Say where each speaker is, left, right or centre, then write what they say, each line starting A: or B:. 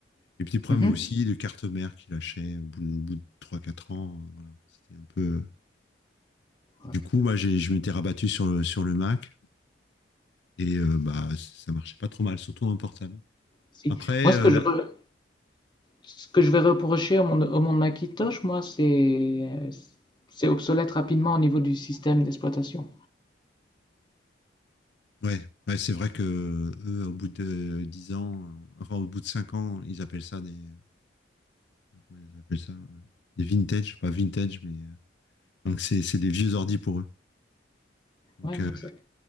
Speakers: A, on the left; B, on the left.
A: <laughs>
B: Et puis, problème
A: Mhm.
B: aussi de carte mère qui lâchait au bout, au bout de trois quatre ans. Voilà, c'était un peu. Et
A: Ouais.
B: du coup, moi, j'ai- je m'étais rabattu sur le, sur le Mac et euh, bah, ça marchait pas trop mal, surtout en portable.
A: Si.
B: Après,
A: Moi,
B: euh,
A: ce que
B: là,
A: je, re- Ce que je vais reprocher au monde, au monde Macintosh, moi, c'est c'est obsolète rapidement au niveau du système d'exploitation.
B: ouais, ouais, c'est vrai que eux, au bout de 10 ans, euh, enfin, au bout de 5 ans, ils appellent ça des, comment ils appellent ça, euh, des vintage, pas vintage, mais euh, donc c'est, c'est des vieux ordi pour eux. Donc,
A: Ouais, ouais,
B: euh,
A: c'est-